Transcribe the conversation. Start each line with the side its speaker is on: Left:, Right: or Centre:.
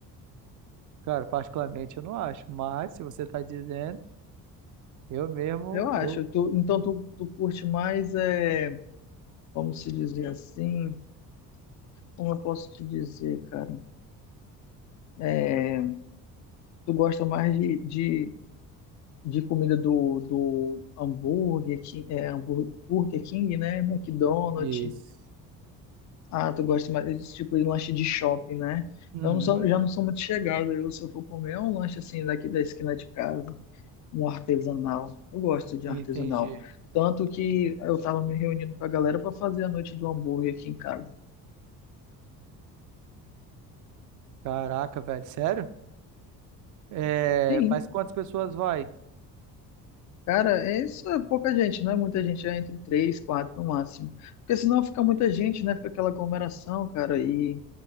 Right: Cara, particularmente eu não acho. Mas se você tá dizendo, eu mesmo,
Left: Eu acho.
Right: eu.
Left: Tu- então, tu, tu curte mais, é, como se dizer assim? Como eu posso te dizer, cara? É, tu gosta mais de, de, de comida do, do hambúrguer, Ki- é, hambúrguer, Burger King, né? McDonald's.
Right: Isso.
Left: Ah, tu gosta mais desse tipo de lanche de shopping, né?
Right: Uhum,
Left: Eu não sou, já não sou muito chegado. Eu, se eu for comer, é um lanche assim daqui da esquina de casa, um artesanal. Eu gosto de
Right: entendi.
Left: artesanal. Tanto que eu tava me reunindo com a galera para fazer a noite do hambúrguer aqui em casa.
Right: Caraca, velho, sério? É,
Left: Sim,
Right: mas quantas pessoas vai?
Left: Cara, é isso é pouca gente, não é muita gente, é entre três, quatro no máximo. Porque senão fica muita gente, né? Fica aquela aglomeração, cara, e,